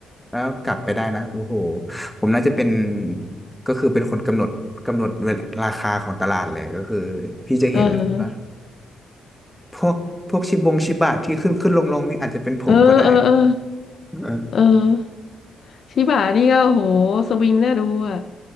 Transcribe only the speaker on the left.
เออ
เออ เออ เออ
เออ ชิบะนี่ก็โหสวิงน่าดูอ่ะ